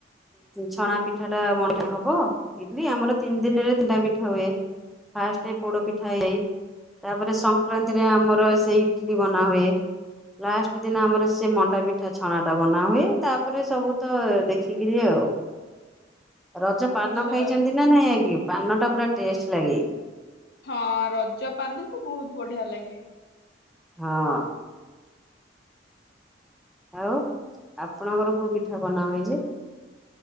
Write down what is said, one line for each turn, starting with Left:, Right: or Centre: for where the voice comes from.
Centre: ଛଣା ପିଠା ଟା ମ ହବ ଇଟଲି ଆମର ତିନି ଦିନରେ ତିନିଟା ପିଠା ହୁଏ। ଫାଷ୍ଟ ପୋଡ ପିଠା ହେଇଏ। ତାପରେ ସଂକ୍ରାନ୍ତିରେ ଆମର ସେ ଇଟଲିି ବନା ହୁଏ। ଲାଷ୍ଟ ଦିନ ଆମର ସେ ମଣ୍ଡା ପିଠା ଛଣା ଟା ବନା ହୁଏ ତାପରେ ସବୁ ତ ଦେଖି <unintelligible> ଆଉ ରଜ
Left: ଆଚ୍ଛା
Centre: ପାନ ଖାଇଚନ୍ତି ନା ନାଇଁ <unintelligible> ପାନ ଟା ପୁରା ଟେଷ୍ଟ ଲାଗେ।
Left: ହଁ ରଜ ପାନ ତୁ ବହୁତ୍ ବଢିଆ ଲାଗେ।
Centre: ହଁ। ଆଉ ଆପଣଙ୍କର କୋଉ ପିଠା ବନା ହୁଏ ଯେ?